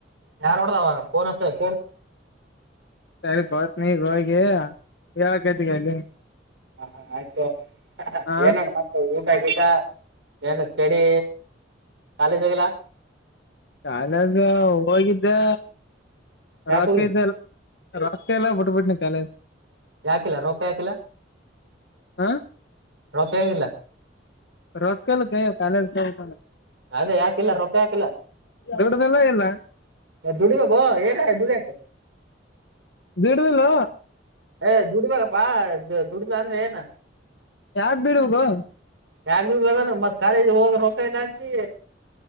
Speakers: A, on the right; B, on the left.
A: ಯಾರ್ ನೋಡ್ದ ಫೋನ್ ಹ..
B: ಸರಿ ಬತ್ ನೀ ಹಗೆ ಯಾಗತಿಗೆ ಅಲ್ಲಿ..
A: ಹ ಹಾ ಆಯ್ತು
B: ಹ
A: ಏನಡ ಮತ್ತೆ ಊಟ ಆಗಟ.. ಏನು ಸ್ಟಡಿ ಕಾಲೇಜ್ ಹೋಗಿಲ್ಲ..
B: ಕಾಲೇಜ ಹೋಗಿದ್ದೆ
A: ಯಾಕೆ
B: ರೊಕ್ಕ
A: ಹೋಗಿದ್
B: ಇದ್ದಲ್ಲ.. ರಸ್ತೆ ಎಲ್ಲ ಬಿುಟ್ಟಬಟ್ಟನ ಕಾಲೇಜ್..
A: ಯಾಕಿಲ್ಲ ರೊಪ ಯಾಕಿಲ್ಲ
B: ಹ
A: ರೊಪೆಗಿಲ್ಲ...
B: ರೊಕ್ಕ ಇಲ್ಲ ಕೈಯ ಕಾಲೇಜ್ ತಕೊಂಡ್ ಬಂದೆ..
A: ಅದೇ ಯಾಕಿಲ್ಲ ರೊಕ್ಕ ಯಾಕಿಲ್ಲ
B: ದೊಡ್ಡದೆಲ್ಲ ಇಲ್ಲ..
A: ದುಡಿಬೇಕು ಏನ ದುಡಿಕ..
B: ಬಿಡುದಿಲ್ಲ..
A: ಏ ದುಡ್ಬೇಕಪ್ಪಾ ದುಡಲ ಅಂದ್ರೆ ಏನ್..
B: ಯಾಕ ದುಡಿಬೇಕು
A: ಯಾಗ್ ಬಿ ಬೇಂದ್ರ ಮತ್ ಕಾಲಜ ಹೋಗ ರೊಕ್ಕ ಇಲ್ಲಾ ಅಂತಿ..